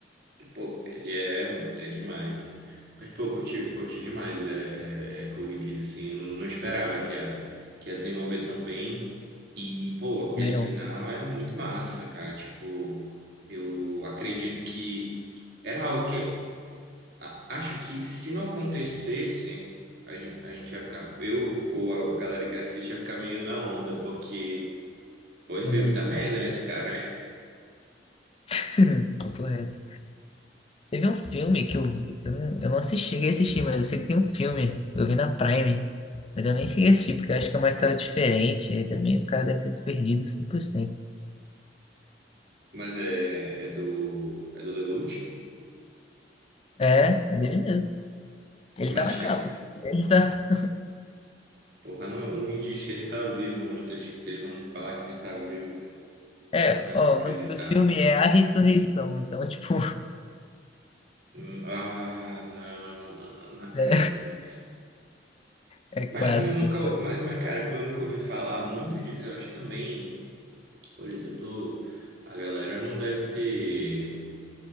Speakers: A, on the right; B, on the left.
A: Pô, ele é, mano, ele é demais, mano. Mas, pô, curti, curti demais, né? É, é Code Geass, assim, eu não, não esperava que ia, que ia desenvolver tão bem. E, pô,
B: <laughs>
A: aquele
B: Não é não.
A: final é muito massa, cara. Tipo, eu acredito que era algo que. a- acho que se não acontecesse, a gente, a gente ia ficar. Eu ou a galera que assiste ia ficar meio na onda, porque pô, ele
B: Uhum.
A: fez muita merda nesse cara.
B: <laughs> Papo reto. Teve um filme que eu vi, eu não, eu não assisti, cheguei a assistir, mas eu sei que tem um filme, eu vi na Prime, mas eu nem cheguei a assistir, porque eu acho que é uma história diferente, aí também os caras devem ter se perdido cem por cento
A: Mas é, é do. É do Lelouch.
B: É, é dele mesmo. Ele
A: Mas
B: tá na capa.
A: é.
B: Ele tá...
A: Porra, não, não me diz que ele tá vivo, mano. Que eles, que eles vão falar que ele tá vivo, velho.
B: É,
A: Não é
B: ó,
A: de acreditar.
B: o nome do filme é A Ressurreição, então, tipo,
A: Hum, Ah, não, mano,
B: <laughs>
A: não acredito.
B: é, é clássico.
A: Mas como eu nunca.
B: É o
A: Mas, mas, cara, como eu nunca ouvi falar muito disso, eu acho que também, por exemplo, a galera não deve ter